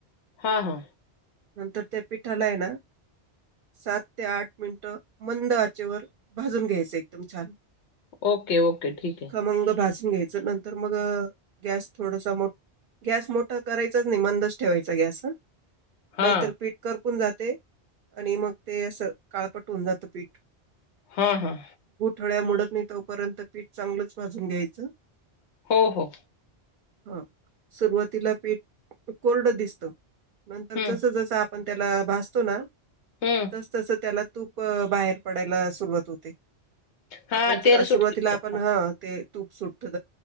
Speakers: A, on the left; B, on the right.
A: हा हा.
B: नंतर त्या पिठाला आहे ना सात ते आठ मिनिटं मंद आचेवर भाजून घ्यायचं एकदम छान
A: ओके ओके ठीक आहे
B: खमंग भाजून घ्यायच नंतर मग गॅस थोडसा मोठ गॅस मोठं करायचाच नाही मंदच ठेवायचा गॅस ह
A: हा
B: नाहीतर पीठ करपून जात आणि मग ते अस काळपट होून जातं पीठ
A: हा हा
B: ळ्या मोडत नाही तोपर्यंत पीठ चांगलंच भाजून घ्यायचं च
A: हो हो
B: हा सुरुवातीला पीठ कोरड दिसत नंतर
A: हम्म
B: जस जस पण त्याला भासतो ना
A: हम्म
B: तस तस त्याला तूप बाहेर पडायला सुरुवात होते
A: हा
B: आपण
A: तेल सुटते
B: सुरुवातीला
A: परत
B: आपण ह ते तूप सुटत